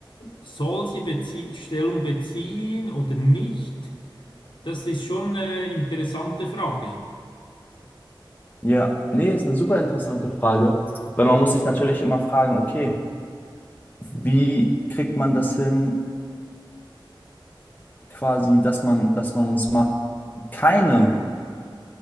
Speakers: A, on the left; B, on the left.
A: soll sie bezie Stellung beziehen oder nicht? Das ist schon eine interessante Frage.
B: ja, nee, ist eine super interessante Frage, weil man muss sich natürlich immer fragen, okay, wie kriegt man das hin, quasi, dass man, dass man es macht, keine